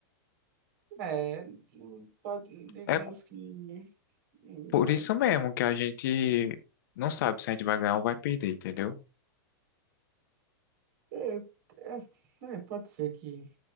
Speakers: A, on the right (about 60°); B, on the left (about 65°).
A: É, não pode, digamos
B: é
A: que, né,
B: por isso mesmo que a gente não sabe se a gente vai ganhar ou vai perder, entendeu?
A: É, é, é, pode ser que.